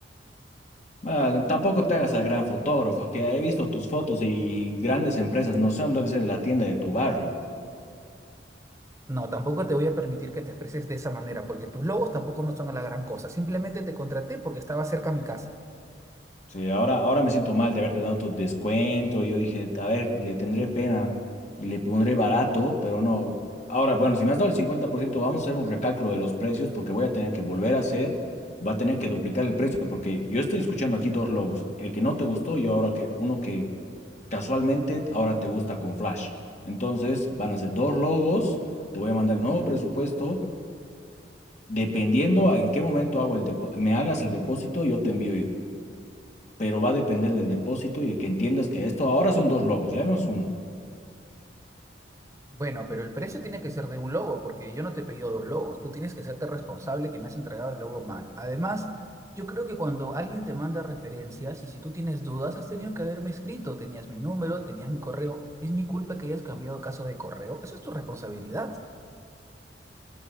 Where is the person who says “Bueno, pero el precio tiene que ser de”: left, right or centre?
Right